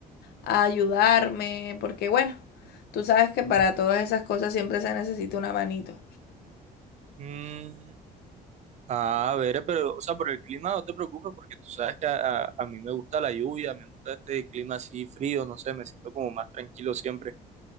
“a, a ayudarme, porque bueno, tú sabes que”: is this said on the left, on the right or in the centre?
Left